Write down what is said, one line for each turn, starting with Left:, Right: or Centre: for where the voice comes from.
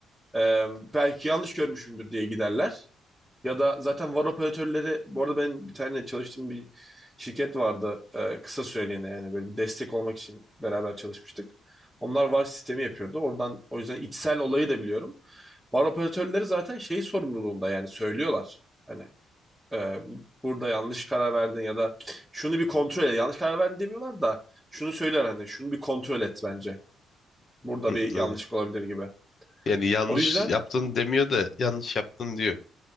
Centre: e, belki yanlış görmüşümdür diye giderler. Ya da zaten VAR operatörleri bu arada benim bir tane çalıştığım bir şirket vardı e, kısa süreliğine yani böyle bir destek olmak için beraber çalışmıştık. Onlar VAR sistemi yapıyordu. Oradan o yüzden içsel olayı da biliyorum. VAR operatörleri zaten şey sorumluluğunda yani söylüyorlar. Hani e, burada yanlış karar verdin ya da şunu bir kontrol et. Yanlış karar verdin demiyorlar da şunu söyler hani şunu bir kontrol et bence. Burada
Left: Hı,
Centre: bir yanlışlık
Left: evet.
Centre: olabilir gibi.
Left: Yani yanlış
Centre: O yüzden
Left: yaptın demiyor da yanlış yaptın diyor.